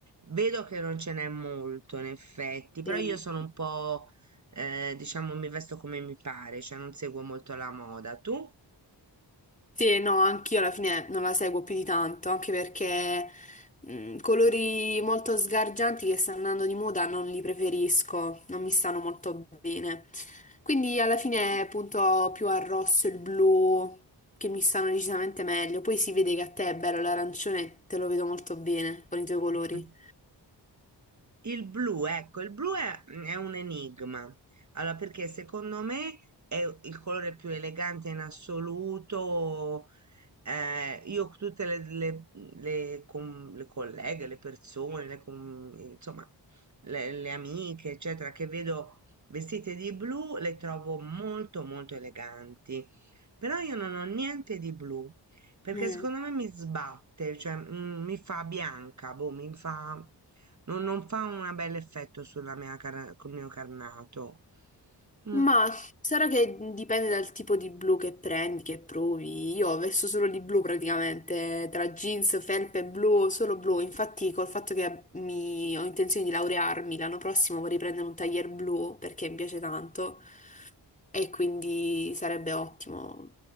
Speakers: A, on the right (about 40°); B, on the left (about 20°).
A: Vedo che non ce n'è molto, in effetti, però
B: Sì.
A: io sono un po', eh, diciamo, mi vesto come mi pare, cioè non seguo molto la moda. Tu?
B: Sì, no, anch'io alla fine non la seguo più di tanto, anche perché mh, colori molto sgargianti che stanno andando di moda non li preferisco, non mi stanno molto bene. Quindi alla fine punto più al rosso e il blu che mi stanno decisamente meglio. Poi si vede che a te è bello l'arancione, te lo vedo molto bene con i tuoi colori.
A: <laughs> Il blu, ecco, il blu è, mm, è un enigma. Allora, perché secondo me è il colore più elegante in assoluto. Eh, io tutte le, le- le com- le colleghe, le persone, le com- insomma, le, le amiche, eccetera, che vedo vestite di blu, le trovo molto, molto eleganti. Però io non ho niente di blu. Perché
B: Mm.
A: secondo me mi sbatte, cioè mm, mi fa bianca, boh, mi fa... Non, non fa un bel effetto sulla mia car- col mio carnato. Mm.
B: Ma sarà che dipende dal tipo di blu che prendi, che provi. Io ho vesto solo di blu praticamente, tra jeans, felpe, blu, solo blu. Infatti, col fatto che mi- ho intenzione di laurearmi l'anno prossimo, vorrei prendere un taglier blu perché mi piace tanto e quindi sarebbe
A: Sì.
B: ottimo